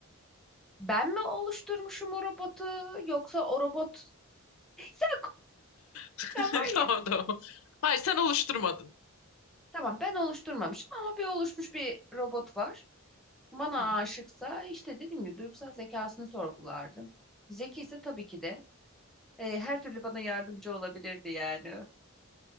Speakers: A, in the centre; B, on the left.
A: ben mi oluşturmuşum o robotu yoksa o robot <laughs> sen
B: <laughs>
A: sen var
B: Tamam
A: ya.
B: tamam. Hayır sen oluşturmadın.
A: Tamam ben oluşturmamışım ama bir oluşmuş bir robot var. Bana
B: Hı,
A: aşıksa işte dediğim gibi duygusal zekasını sorgulardım. Zeki ise tabii ki de e, her türlü bana yardımcı olabilirdi yani.